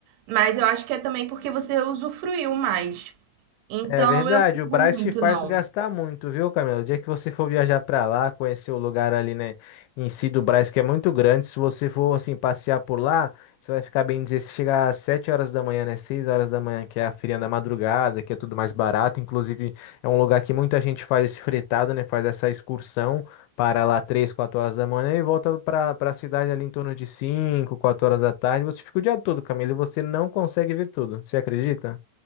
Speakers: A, on the right (about 80°); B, on the left (about 80°).
A: Mas eu acho que é também porque você usufruiu mais. Então
B: É verdade,
A: eu não digo
B: o Brás
A: muito,
B: te faz
A: não.
B: gastar muito, viu, Camila? O dia que você for viajar pra lá, conhecer o lugar ali, né, em si do Brás, que é muito grande, se você for, assim, passear por lá, você vai ficar bem dizer, se chegar às 7 horas da manhã, né, 6 horas da manhã, que é a feirinha da madrugada, que é tudo mais barato, inclusive é um lugar que muita gente faz esse fretado, né, faz essa excursão para lá 3, 4 horas da manhã e volta pra, pra cidade ali em torno de 5, 4 horas da tarde, você fica o dia todo, Camila, e você não consegue ver tudo, você acredita?